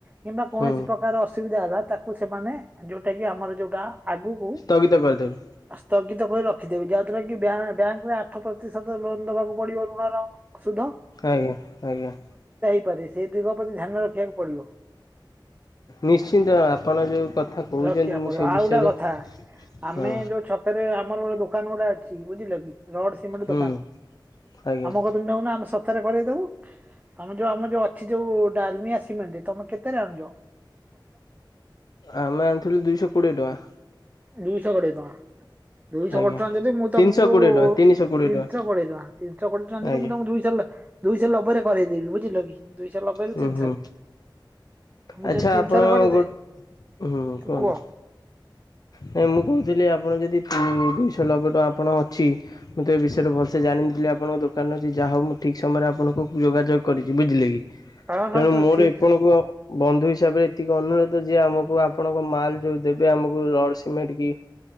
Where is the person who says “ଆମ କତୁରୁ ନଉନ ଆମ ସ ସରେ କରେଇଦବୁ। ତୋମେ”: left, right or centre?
Right